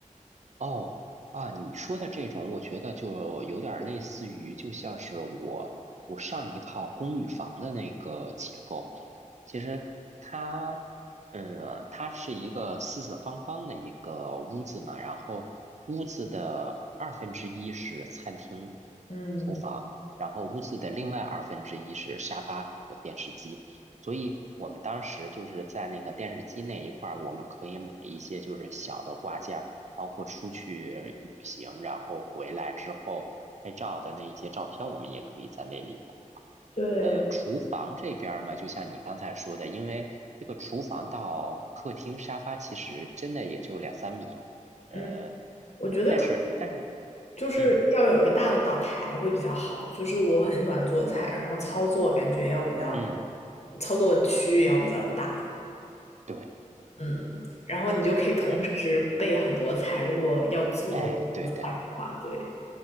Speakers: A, on the right; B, on the left.
A: 哦啊，你说的这种，我觉得就有点儿类似于，就像是我我上一套公寓房的那个结构。其实它，嗯，它是一个四四方方的一个屋子嘛，然后屋子的二分之一是餐厅、
B: 嗯，
A: 厨房，然后屋子的另外二分之一是沙发和电视机。所以我们当时就是在那个电视机那一块儿，我们可以买一些就是小的挂件。包括出去旅行，然后回来之后拍照的那一些照片，我们也可以在那里头画。
B: 对，
A: 呃，厨房这边儿嘛，就像你刚才说的，因为这个厨房到客厅沙发其实真的也就两三米，呃，
B: 嗯，我觉得
A: 但是但是，
B: 就是要有一个大的岛台会比较好。
A: 嗯
B: 就是我很喜欢做菜，然后操作感觉要比较，
A: 嗯，
B: 操作区域要比较大，
A: 对，
B: 嗯，然后你就可以同时备很多菜。
A: 哎
B: 如果要做
A: 哎，对的。
B: 菜的话，对，